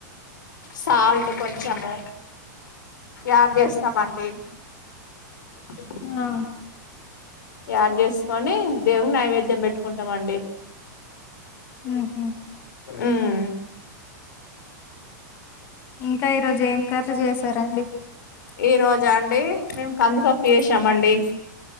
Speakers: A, on the left (about 80°); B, on the left (about 25°).
A: సాల్ట్ కొంచెము యాడ్ చేస్తమండి బ్లాంక్
B: ఆ
A: యాడ్ చేసుకొని దేవుని నైవేద్యం పెట్టుకుంటమండి
B: ఉహు
A: ఉమ్
B: ఇంకా ఈరోజు ఏం కర్రి చేసారండి
A: ఈ రోజా అండి మేము కందిపప్పు చేసామండి